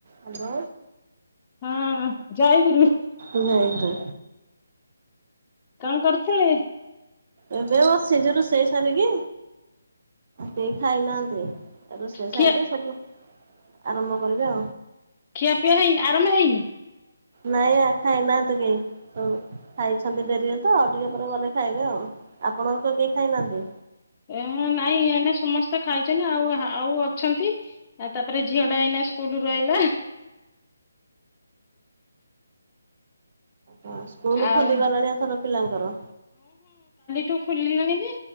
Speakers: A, on the right; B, on the left.
A: Hello.
B: ହୁଁ ଜୟ ଗୁରୁ।
A: ହୁ଼ଁ ହୁ଼ଁ।
B: କଣ କରୁଥିଲେ?
A: ଏବେ ବସିଚି ରୋଷେଇ ସାରିକି କେହି ଖାଇନାହାନ୍ତି। ରୋଷେଇ
B: ଖିଆ
A: ସାରିଲି ସବୁ ଆର ହ୍ୟାଲୋ।
B: ଖିଆପିଆ ହେଇନି ଆରାମ୍ଭ ହେଇନି?
A: ନାଇଁ ଖାଇନାହାନ୍ତି କେହି ଖାଇଛନ୍ତି ଡେରିରେ ତ ଆଉ ଟିକେ ପରେ ଗଲେ ଖାଇବେ ଆଉ ଆପଣ କେହି ଖାଇନାହାନ୍ତି।
B: ଏ ନାଇଁ ଏ ସମସ୍ତେ ଖାଇଛନ୍ତି ଆଉ ଆଉ ଅଛନ୍ତି ଆ ତାପରେ ଝିଅ ଟା ଏଇନା ସ୍କୁଲୁ ଆଇଲା।
A: ହୁଁ ସ୍କୁଲ
B: ଆଉ
A: ଖୋଲିଗଲାଣି ଏଥର ପିଲାଙ୍କର।
B: ଠୁ ଖୋଲିଲାଣି ଯେ